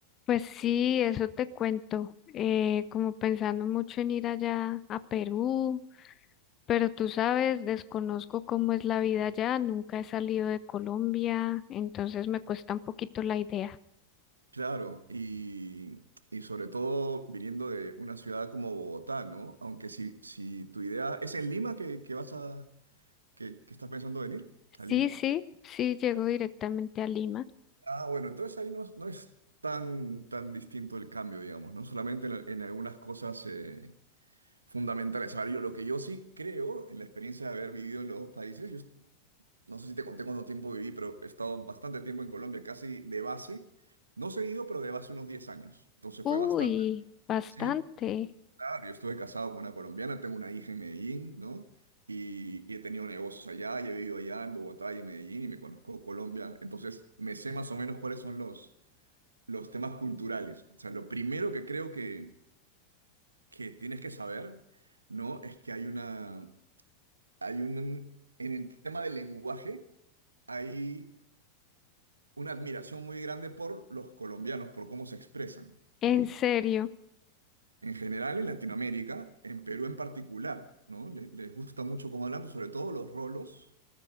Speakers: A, on the left (about 30°); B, on the right (about 75°).
A: Pues sí, eso te cuento, eh, como pensando mucho en ir allá a Perú, pero tú sabes, desconozco cómo es la vida allá, nunca he salido de Colombia, entonces me cuesta un poquito la idea.
B: Claro, y, y sobre todo viniendo de una ciudad como Bogotá, ¿no? Aunque si, si tu idea es en Lima que, que vas a, que, que estás pensando venir, a
A: Sí,
B: Lima.
A: sí, sí, llego directamente a Lima.
B: Ah, bueno, entonces ahí no, es- no es tan, tan distinto el cambio, digamos, ¿no? Solamente en, en algunas cosas eh, fundamentales. A ver, yo lo que yo sí creo, en la experiencia de haber vivido en los dos países, yo est- no sé si te conté cuánto tiempo viví, pero he estado bastante tiempo en Colombia, casi de base, no seguido, pero de base unos 10 años. Entonces
A: Uy,
B: fue bastante.
A: bastante,
B: Sí. Claro, yo estuve casado con una colombiana, tengo una hija en Medellín, ¿no? Y, y he tenido negocios allá, y he vivido allá en Bogotá y en Medellín, y me conozco Colombia. Entonces, me sé más o menos cuáles son los, los temas culturales. O sea, lo primero que creo que, que tienes que saber, ¿no? Es que hay una, hay un, en el tema del lenguaje, hay una admiración muy grande por los colombianos, por cómo se expresan,
A: en
B: ¿no?
A: serio.
B: en general en Latinoamérica, en Perú en particular, ¿no? Le- les gusta mucho cómo hablamos, sobre todo los rolos,